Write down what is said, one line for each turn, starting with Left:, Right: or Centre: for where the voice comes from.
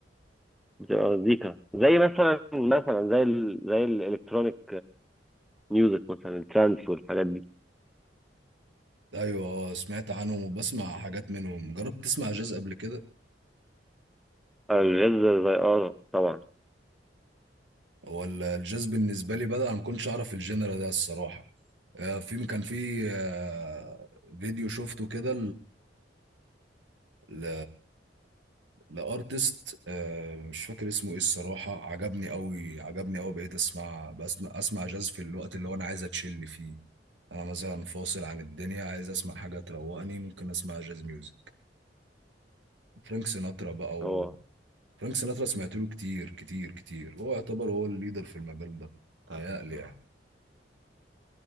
Centre: بتبقى مزيكا زي مثلا مثلا زي ال زي الالكترونيك ميوزك مثلا الترانس والحاجات دي
Right: ايوه اه سمعت عنهم وبسمع حاجات منهم جربت تسمع جاز قبل كده
Centre: الجاز زي اه طبعا
Right: ولا الجاز بالنسبة لي بدأ انا ما كنتش اعرف الجنرال ده الصراحة آه، في كان في آه، فيديو شفته كده ل... لارتست آه، مش فاكر اسمه ايه الصراحه عجبني قوي عجبني قوي بقيت اسمع بسمع اسمع جاز في الوقت اللي هو انا عايز اتشل فيه انا مثلا فاصل عن الدنيا عايز اسمع حاجه تروقني ممكن اسمع جاز ميوزك فرانك سيناترا بقى و...
Centre: هو
Right: فرانك سيناترا سمعت له كتير كتير كتير هو يعتبر هو الليدر في المجال ده تهيألي يعني